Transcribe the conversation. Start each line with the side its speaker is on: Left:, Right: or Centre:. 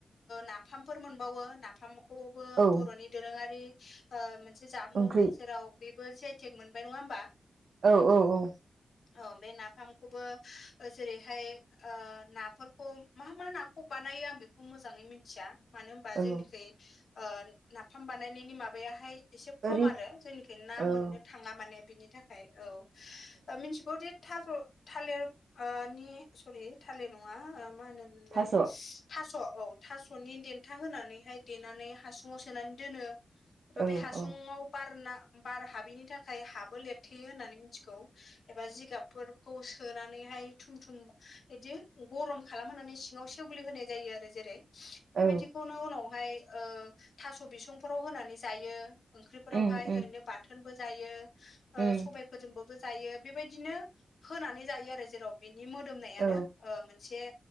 Left: नाफामफोर मोनबावो नाफामखौबो
Right: औ
Left: बर'नि दोरोङारि मोनसे जामु
Right: ओंख्रि
Left: जेराव बेबो जे आइटेक मोनबाय नङा होमबा?
Right: औ औ औ।
Left: औ बे नाफामखौबो जेरैहाय नाफोरखौ मा मा नाखौ बानायो आं बेखौ मोजाङै मिथिया। मानो होनबा
Right: औ
Left: जोंनिखै ओ नाफाम बानायनायनि माबायाहाय एसे खम
Right: ओरै
Left: आरो जोंनिखै ना मोननो
Right: औ
Left: थाङा माने बिनि थाखाय औ मिथिगौ जे थाज' थालिर नि सरि थालिर नङा मा होनोमोनलाय?
Right: थास' औ
Left: थास' औ थास'नि देन्था होनानैहाय देनानै हासुङाव सोनानै दोनो <unintelligible>
Right: औ
Left: बे हासुुंआव
Right: औ
Left: बारना बार हाबैनि थाखाय हाबो लेरथेयो होननानै मिथिगौ। एबा जिगाबफोरखौ सोनानैहाय थुम थुम बिदि गरम खालामहनानै सिङाव सेवलि होनाय जायो आरो जेरै बेबायदिखौनो
Right: औ
Left: उनावहाय ओ थास' बिसंफोराव होनानै जायो। ओंख्रिफोरावहाय
Right: उम उम
Left: ओरैनो बाथोनबो जायो
Right: उम
Left: सबायफोरजों बाबो जायो बेबायदिनो होनानै जायो आरो जेराव बिनि मोदोमनायानो
Right: औ
Left: मोनसे